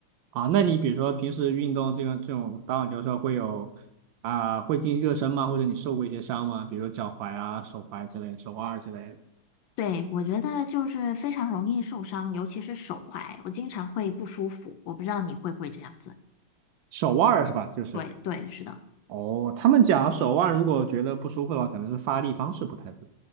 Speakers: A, on the right; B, on the left.
A: 啊，那你比如说平时运动这个这种打网球的时候会有啊、会进行热身吗？或者你受过一些伤吗？比如说脚踝啊、手踝之类、手腕儿之类的
B: 对，我觉得就是非常容易受伤，尤其是手踝，我经常会不舒服。我不知道你会不会这样子。
A: 手腕儿是吧？就是
B: 对对，是的。
A: 哦，他们讲手腕如果觉得不舒服的话，可能是发力方式不太对。